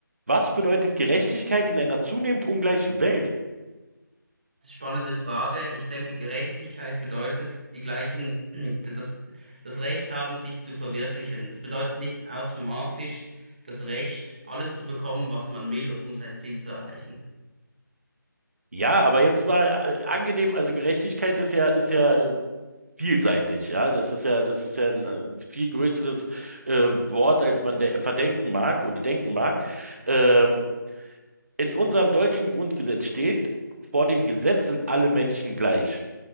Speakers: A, on the right (about 45°); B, on the right (about 25°).
A: Was bedeutet Gerechtigkeit in einer zunehmend ungleichen Welt?
B: Spannende Frage. Ich denke, Gerechtigkeit bedeutet die gleichen, <clears throat> das, das Recht haben, sich zu verwirklichen. Das bedeutet nicht automatisch das Recht, alles zu bekommen, was man will, um sein Ziel zu erreichen.
A: Ja, aber jetzt mal äh, angenehm, also Gerechtigkeit ist ja, ist ja äh, vielseitig, ja. Das ist ja, das ist ja ein äh, viel größeres äh, Wort, als man de verdenken mag oder denken mag. Ähm, in unserem deutschen Grundgesetz steht, vor dem Gesetz sind alle Menschen gleich.